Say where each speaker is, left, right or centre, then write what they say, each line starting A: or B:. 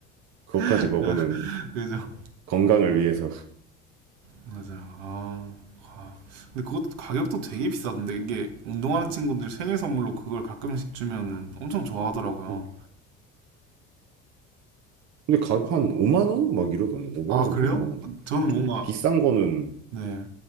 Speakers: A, on the right; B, on the right.
A: 그것까지
B: <laughs>
A: 먹으면은
B: 그죠?
A: 건강을 위해서
B: 맞아요. 아 와. 근데 그것도 가격도 되게 비싸던데 이게 운동하는 친구들 생일 선물로 그걸 가끔씩 주면 엄청 좋아하더라고요.
A: <laughs> 근데 가격 한 5만 원? 막 이러던데 5만
B: 아 그래요?
A: 원, 6만 원.
B: 저는
A: 좀
B: 뭔가
A: 비싼 거는
B: 네,